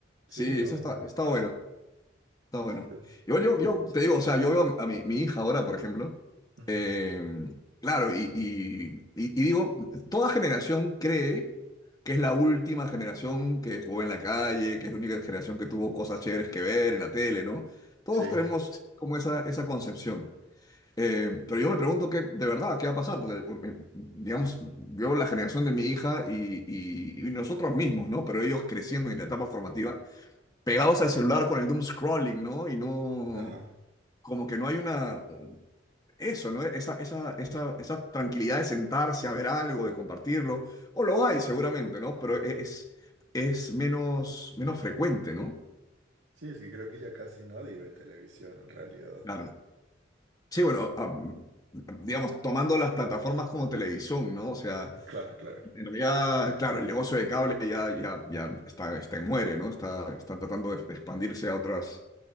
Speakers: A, on the left; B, on the right.
A: Sí,
B: Sí, no,
A: eso está, está bueno, está bueno.
B: sí, to-
A: Igual
B: total.
A: yo, yo te digo, o sea, yo veo a mi, mi hija ahora, por ejemplo,
B: Ujú.
A: eh, claro, y, y- y- y digo, toda generación cree que es la última generación que jugó en la calle, que es la única generación que tuvo cosas chéveres que ver en la tele, ¿no? Todos
B: Sí.
A: tenemos como esa, esa concepción. Eh, pero yo me pregunto qué, de verdad, qué va a pasar, porque, eh, digamos, veo la generación de mi hija y, y y nosotros mismos, ¿no? Pero ellos creciendo en la etapa formativa pegados al celular con el doom scrolling, ¿no? Y no,
B: Ajá.
A: como que no hay una, eso, ¿no? Esa, esa, esa, esa tranquilidad de sentarse a ver algo, de compartirlo, o lo hay seguramente, ¿no? Pero e, es, es menos, menos frecuente, ¿no?
B: Sí, es que creo que ya casi nadie ve televisión en realidad.
A: Claro.
B: <laughs>
A: Sí, bueno, am, digamos, tomando las plataformas como televisión, ¿no? O sea,
B: Claro, claro.
A: En realidad, claro, el negocio de cable ya, ya, ya está, está, muere, ¿no? Está, está tratando de expandirse a otras,